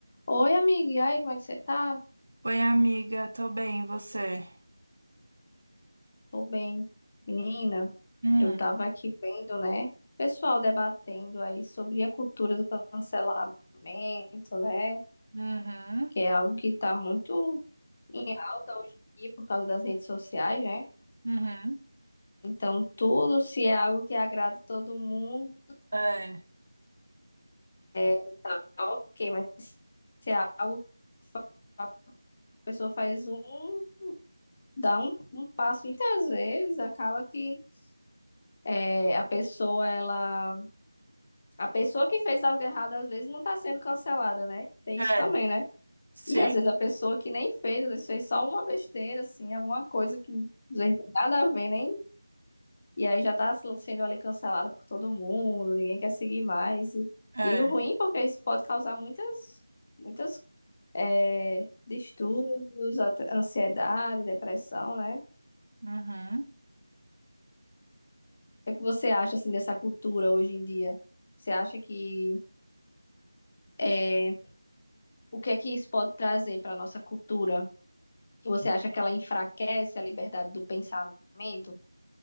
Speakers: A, on the left (about 25°); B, on the right (about 55°).
A: Oi, amiga. E aí, como é que você tá?
B: Oi, amiga, tô bem, e você?
A: Tô bem. Menina,
B: Hum,
A: eu tava aqui vendo, né? Pessoal debatendo aí sobre a cultura do cancelamento, né?
B: uhum,
A: Que é algo que tá muito em alta hoje em dia por causa das redes sociais, né?
B: uhum,
A: Então, tudo se é algo que agrada todo mundo,
B: É,
A: é, tá ok, mas se é algo que fa- a pessoa faz um, dá um, um passo, e às vezes acaba que é, a pessoa, ela. A pessoa que fez algo de errado, às vezes, não tá sendo cancelada, né? Tem
B: é,
A: isso também, né?
B: sim,
A: E às vezes a pessoa que nem fez, às vezes fez só uma besteira, assim, alguma coisa que não tem nada a ver, nem. E aí já tá sendo ali cancelada por todo mundo, ninguém quer seguir mais. E,
B: é.
A: e o ruim, porque isso pode causar muitas, muitas, é, distúrbios, até ansiedade, depressão, né? O
B: uhum.
A: que é que você acha, assim, dessa cultura hoje em dia? Você acha que. É, o que é que isso pode trazer para a nossa cultura? Você acha que ela enfraquece a liberdade do pensamento?